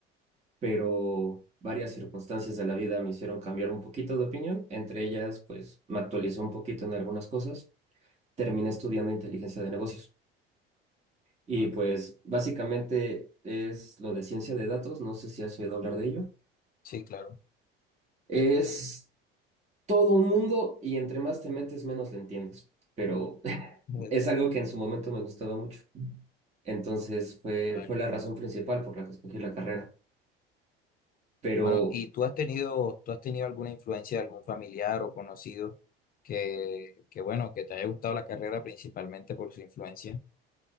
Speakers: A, on the right (about 20°); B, on the left (about 30°).
A: pero varias circunstancias de la vida me hicieron cambiar un poquito de opinión. Entre ellas, pues me actualicé un poquito en algunas cosas. Terminé estudiando inteligencia de negocios. Y
B: Ah,
A: pues básicamente es lo de ciencia de datos. No sé si has oído hablar de ello.
B: Sí, claro.
A: Es todo un mundo y entre más te metes, menos le entiendes. Pero <laughs>
B: Bueno,
A: es algo que en su momento me gustaba mucho. Entonces fue,
B: vale.
A: fue la razón principal por la que escogí la carrera. Pero
B: Bueno, ¿y tú has tenido, tú has tenido alguna influencia de algún familiar o conocido que, que bueno, que te haya gustado la carrera principalmente por su influencia?